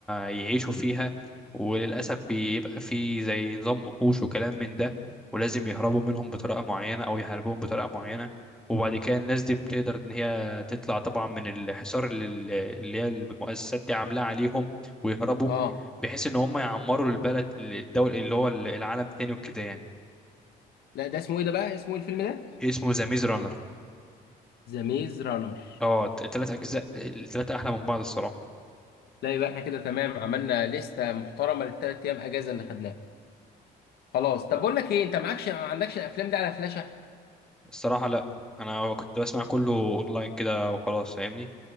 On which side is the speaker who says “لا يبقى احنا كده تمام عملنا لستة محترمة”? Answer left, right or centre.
Left